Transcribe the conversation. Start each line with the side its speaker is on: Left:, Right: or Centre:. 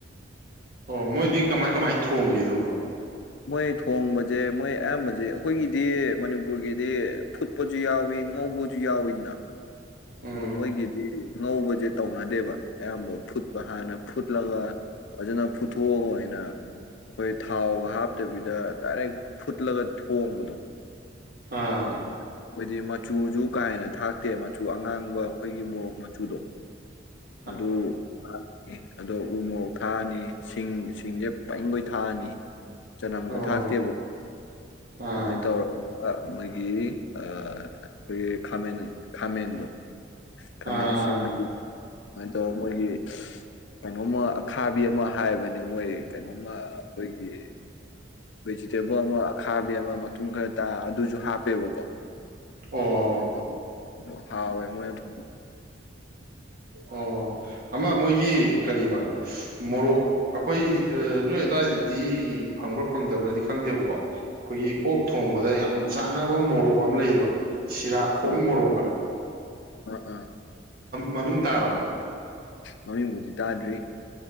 Right: ꯑꯣ ꯃꯣꯏꯗꯤ ꯀꯃꯥꯏ ꯀꯃꯥꯏ ꯊꯣꯡꯒꯦ ꯑꯗꯨꯕꯣ
Left: ꯃꯣꯏ ꯊꯣꯡꯕꯁꯦ ꯃꯣꯏ ꯑꯌꯥꯝꯕꯁꯦ ꯑꯩꯈꯣꯏꯒꯤꯗꯤ ꯃꯅꯤꯄꯨꯔꯒꯤꯗꯤ ꯐꯨꯠ ꯐꯨꯞꯄꯁꯨ ꯌꯥꯎꯋꯤ ꯉꯧꯕꯁꯨ ꯌꯥꯎꯋꯤꯅ
Right: ꯎꯝ
Left: ꯑꯗꯨ ꯃꯣꯏꯒꯤꯗꯤ ꯉꯧꯕꯁꯦ ꯇꯧꯅꯗꯦꯕ ꯑꯌꯥꯝꯕ ꯐꯨꯠꯄ ꯍꯥꯟꯅ ꯐꯨꯠꯂꯒ ꯐꯖꯅ ꯄꯨꯊꯣꯛꯑꯒ ꯑꯣꯏꯅ ꯑꯩꯈꯣꯏ ꯊꯥꯎꯒ ꯍꯥꯞꯇꯕꯤꯗ ꯗꯥꯏꯔꯦꯛ ꯐꯨꯠꯂꯒ ꯊꯣꯡꯕꯗꯣ
Right: ꯑꯥ
Left: ꯑꯗꯨꯃꯥꯏꯅ ꯃꯣꯢꯗꯤ ꯃꯆꯨꯁꯨ ꯀꯥ ꯍꯦꯟꯅ ꯊꯥꯛꯇꯦ ꯃꯆꯨ ꯑꯉꯥꯡꯕ ꯑꯩꯈꯣꯏꯒꯤ ꯃꯣꯔꯣꯛ ꯃꯆꯨꯗꯣ
Right: <unintelligible>
Left: ꯑꯗꯨ ꯊꯥꯛꯑꯅꯤ ꯑꯗꯣ ꯎꯃꯨꯔꯣꯛ ꯊꯥꯛꯑꯅꯤ ꯁꯤꯡ ꯁꯤꯡꯁꯦ ꯄꯩꯉꯩ ꯊꯥꯛꯑꯅꯤ ꯆꯅꯝꯒ
Right: ꯑꯣ
Left: ꯊꯥꯛꯇꯦꯕ
Right: ꯑꯥ
Left: ꯑꯗꯨꯃꯥꯏꯅ ꯇꯧꯔꯒ ꯃꯣꯏꯒꯤ ꯑꯩꯈꯣꯏꯒꯤ ꯈꯥꯃꯦꯟ ꯈꯥꯃꯦꯟꯗꯣ ꯈꯥꯃꯦꯟ
Right: ꯑꯥ
Left: ꯑꯁꯤ
Right: ꯑꯥ
Left: ꯑꯁꯤꯟꯕꯤ ꯁꯨꯃꯥꯏꯅ ꯇꯧꯔ ꯃꯣꯏꯒꯤ ꯀꯩꯅꯣꯝꯃ ꯑꯈꯥꯕꯤ ꯑꯃ ꯍꯥꯏꯕꯅꯦ ꯃꯣꯏ ꯀꯩꯅꯣꯃ ꯑꯩꯈꯣꯏꯒꯤ ꯚꯦꯖꯤꯇꯦꯕꯜ ꯑꯃ ꯑꯈꯥꯕꯤ ꯑꯃ ꯃꯇꯨꯡ ꯈꯔ ꯇ ꯑꯗꯨ ꯨ ꯑꯗꯨꯁꯨ ꯍꯥꯞꯄꯦꯕꯀꯣ
Right: ꯑꯣ
Left: ꯃꯥꯏ <unintelligible> ꯇꯧ ꯍꯥꯎꯋꯦ ꯃꯣꯏ ꯑꯗꯨ
Right: ꯑꯣ ꯑꯃ ꯃꯣꯏꯒꯤ ꯀꯔꯤꯕ ꯃꯣꯔꯣꯛ ꯑꯩꯈꯣꯏ ꯅꯣꯏ ꯑꯗꯨꯋꯥꯏꯗꯗꯤ ꯐꯪꯕ꯭ꯔꯥ ꯐꯪꯗꯕ꯭ꯔꯗꯤ ꯈꯪꯗꯦꯕꯀꯣ ꯑꯩꯈꯣꯏꯒꯤ ꯑꯣꯛ ꯊꯣꯡꯕꯗ ꯌꯥꯝ ꯆꯥꯅꯕ ꯃꯣꯔꯣꯛ ꯑꯃ ꯂꯩꯌꯦꯕ ꯁꯤꯔꯥꯈꯣꯡ
Left: ꯑꯥ
Right: ꯃꯣꯔꯣꯛꯑꯅ
Left: ꯑꯥ ꯑꯥ
Right: ꯃꯃꯤꯡ ꯇꯥꯔꯕ
Left: ꯃꯃꯤꯡꯕꯨꯗꯤ ꯇꯥꯗ꯭ꯔꯤ